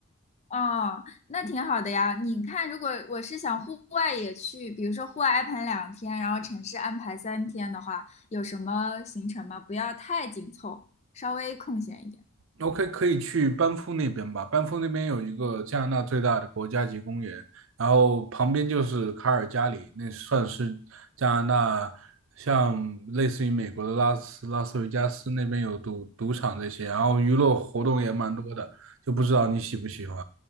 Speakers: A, on the left; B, on the right.
A: 哦，那挺好的呀。你看，如果我是想户外也去，比如说户外安排两天，然后城市安排三天的话，有什么行程吗？不要太紧凑，稍微空闲一点。
B: OK，可以去班夫那边吧。班夫那边有一个加拿大最大的国家级公园，然后旁边就是卡尔加里，那算是加拿大像类似于美国的拉斯拉斯维加斯那边有赌赌场这些，然后娱乐活动也蛮多的，就不知道你喜不喜欢。